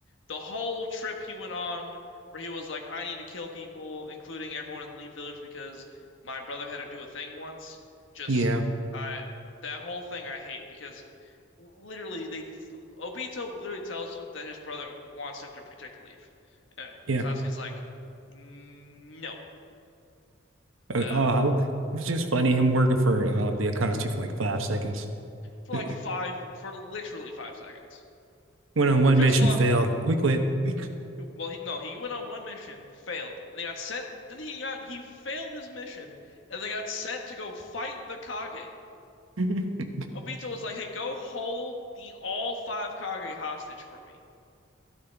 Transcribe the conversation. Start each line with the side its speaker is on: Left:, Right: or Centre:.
Left: The whole trip he went on where he was like, I need to kill people, including everyone in the Leaf Village because my brother had to do a thing once, just
Right: Yeah,
Left: I that whole thing I hate because literally they Obito literally tells him that his brother wants him to protect the leaf, and, and
Right: yeah.
Left: Sasuke's like, no,
Right: Uh,
Left: uh,
Right: oh, it's just funny him working for uh, the Akatsuki for like five seconds.
Left: for
Right: Went
Left: like five for literally five seconds.
Right: on one
Left: Just
Right: mission,
Left: long.
Right: failed. We quit. We qu-
Left: well he no he went on one mission, failed. They got sent. Then he got he failed his mission, and they got sent to go fight the Kage.
Right: Mhm.
Left: Obito was like, "Hey, go hold the all five Kage hostage for me."